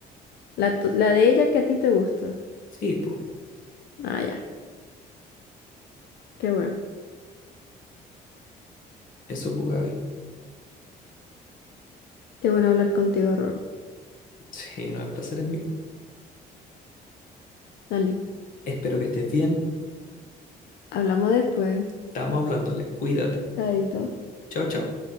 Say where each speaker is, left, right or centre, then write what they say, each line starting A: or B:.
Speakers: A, on the left; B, on the left.
A: La, tu- la de ella que a ti te gusta.
B: Sí, pues,
A: Ah, ya. Qué bueno.
B: eso, pues, Gaby. <laughs>
A: Qué bueno hablar contigo, Roro.
B: Sí, no, el placer es mío.
A: Dale.
B: Espero que estés bien.
A: Hablamos después.
B: Estamos hablándole. Cuídate.
A: Chaito.
B: Chao, chao.